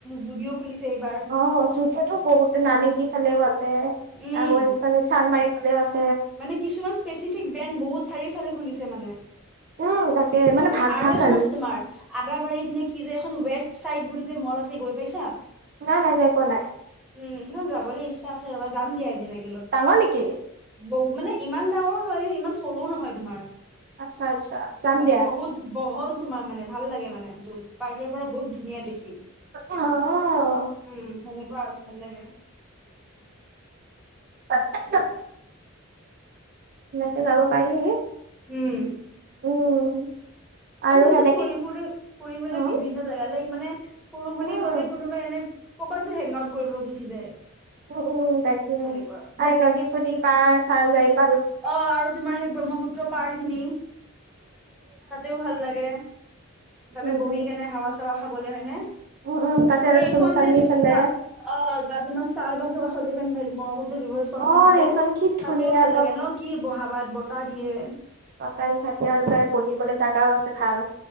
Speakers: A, in the centre; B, on the right (about 45°).
A: জুডিঅ খুলিছে এইবাৰ
B: অ চুটেতো বহুত নাৰেংগী ফালেও আছে
A: উম।
B: আৰু সিফালে চানমাৰি ফালেও আছে।
A: মানে কিছুমান স্পেচিফিক ব্ৰেণ্ড বহুত চাৰিওফালে খুলিছে মানে।
B: উম তাকে মানে
A: এ
B: ভাগ
A: আৰু
B: ভাগ
A: এখন আছে তোমাৰ আদাবাৰীত নে কি যে এখন ৱেষ্ট ছাইদ বুলি যে মল আছে গৈ পাইছা?
B: নাই-নাই যাই পোৱা নাই।
A: উম, সিমান যাবলৈ ইচ্ছা আছে ৰবা যাম দিয়া এদিন একে
B: ডাঙৰ নেকি?
A: বহু মানে ইমান ডাঙৰো নহয় কিন্তু ইমান সৰুও নহয় তোমাৰ।
B: আচ্ছা আচ্ছা যাম
A: মানে
B: দিয়া।
A: বহুত বহল তোমাৰ মানে ভাল লাগে মানে বাহিৰৰ পৰা বহুত ধুনীয়া দেখি।
B: অ
A: উম, সেনেকুৱা আৰু ভাল লাগে।
B: <unintelligible> সনেকে যাব পাৰি।
A: উম,
B: উম আৰু
A: আজিকালি
B: সেনেকে
A: ফুৰিবলৈ - ফুৰিবলে
B: উম
A: বিভিন্ন জেগা লৈ মানে সৰু বুলি
B: উম
A: ক'লে কোনোবাই এনে কৰবাতটো হেংগ আউট কৰিবলৈ গুচি যায়।
B: উম-উম তাকে
A: এনেকুৱা বাট
B: আৰু নদী চদী পাৰ চাৰ যায়।
A: অ, আৰু তোমাৰ সেই ব্ৰহ্মপুত্ৰ পাৰ খিনি। তাতেও ভাল লাগে। তাতে
B: উম
A: বহি
B: উম
A: কেনে হাৱা চাৱা খাবলৈ হয়নে।
B: উম উম তাতে আৰু
A: এইখন
B: চুং চান্দি
A: যে স্টাৰ
B: ফালে
A: অ, বা তোমা স্টাৰ বাছৰ কাষ যেখন মহ তাতে ৰিভাৰ ফাৰ্মখনন
B: অ
A: আছে
B: সেইখন কি ধুনীয়া
A: তাতেও ভাল লাগে ন কি বহাবা বতাহ দিয়ে।
B: কাৰী চাকি আৰু তাত বহিবলে জাগাও আছে ভাল।